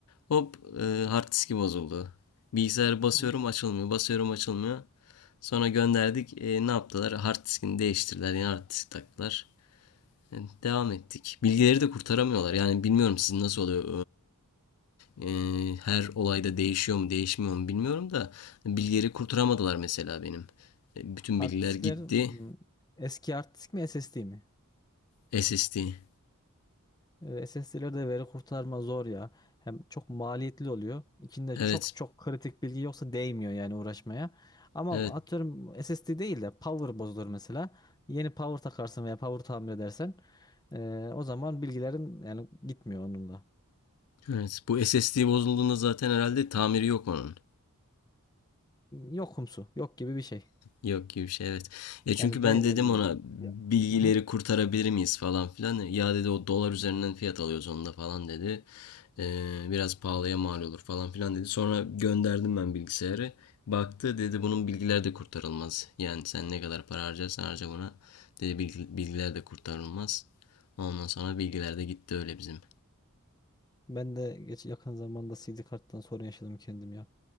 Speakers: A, on the left; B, on the left.
A: Hop e, hard diski bozuldu. Bilgisayarı basıyorum
B: Bu
A: açılmıyor. Basıyorum açılmıyor. Sonra gönderdik. E, ne yaptılar? Hard diskini değiştirdiler. Yeni hard disk taktılar. Yani devam ettik. Bilgileri de kurtaramıyorlar. Yani bilmiyorum sizin nasıl oluyor. Ee, e, her olayda değişiyor mu, değişmiyor mu bilmiyorum da bilgileri kurtaramadılar mesela benim. E, Bütün
B: Hard
A: bilgiler
B: diskler
A: gitti.
B: m, eski hard disk mi SSD mi?
A: SSD.
B: E, SSD'lerde veri kurtarma zor ya. Hem çok maliyetli oluyor. İçinde
A: Evet.
B: çok çok kritik bilgi yoksa değmiyor yani uğraşmaya. Ama
A: Evet.
B: atıyorum SSD değil de power bozulur mesela. Yeni power takarsın veya power tamir edersen e, o zaman bilgilerin yani gitmiyor onunla.
A: Evet. Bu SSD bozulduğunda zaten herhalde tamiri yok onun.
B: Yokumsu, yok gibi bir şey.
A: Yok gibi bir şey evet. Ya çünkü
B: Yani
A: ben
B: değmez.
A: dedim ona
B: Ya.
A: bilgileri
B: Hı hı.
A: kurtarabilir miyiz falan filan. Ya dedi o dolar üzerinden fiyat alıyoruz onda falan dedi. Ee, biraz pahalıya mal olur falan filan dedi. Sonra gönderdim ben bilgisayarı. Baktı dedi bunun bilgiler de kurtarılmaz. Yani sen ne kadar para harcarsan harca buna. Dedi bilgi- bilgiler de kurtarılmaz. Ondan sonra bilgiler de gitti öyle bizim.
B: Ben de geç yakın zamanda CD karttan sorun yaşadım kendim ya.